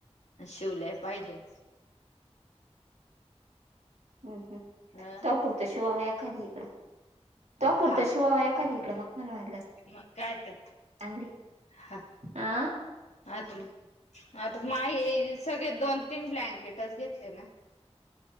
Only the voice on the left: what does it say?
शिवल्याय पाहिजे
अ
हा
मग काय तर हा
आता आता माय सगळे दोन तीन ब्लँक क्रिकेटच घेतले ना